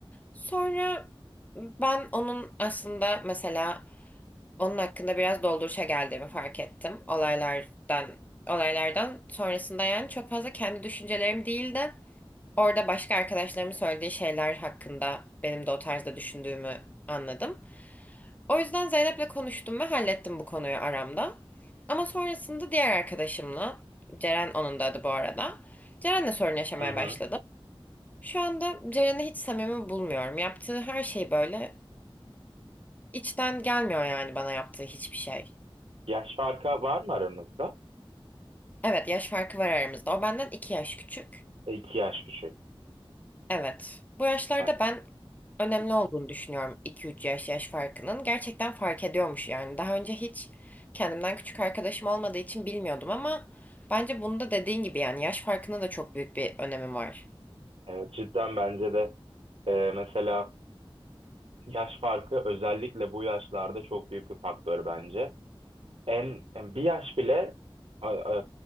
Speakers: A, on the left (about 15°); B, on the right (about 80°).
A: Sonra ben onun aslında mesela onun hakkında biraz dolduruşa geldiğimi fark ettim. Olaylardan olaylardan sonrasında yani çok fazla kendi düşüncelerim değildi. Orada başka arkadaşlarımın söylediği şeyler hakkında benim de o tarzda düşündüğümü anladım. O yüzden Zeynep'le konuştum ve hallettim bu konuyu aramda. Ama sonrasında diğer arkadaşımla, Ceren onun da adı bu arada. Ceren'le sorun yaşamaya
B: Hı hı.
A: başladım. Şu anda Ceren'i hiç samimi bulmuyorum. Yaptığı her şey böyle içten gelmiyor yani bana yaptığı hiçbir şey.
B: Yaş farkı var mı aranızda?
A: Evet yaş farkı var aramızda. O benden iki yaş küçük.
B: E, iki yaş küçük.
A: Evet. Bu yaşlarda
B: E,
A: ben önemli olduğunu düşünüyorum 2-3 yaş yaş farkının. Gerçekten fark ediyormuş yani. Daha önce hiç kendimden küçük arkadaşım olmadığı için bilmiyordum ama bence bunda dediğin gibi yani yaş farkına da çok büyük bir önemi var.
B: e, cidden bence de e, mesela yaş farkı özellikle bu yaşlarda çok büyük bir faktör bence. En yani bir yaş bile a-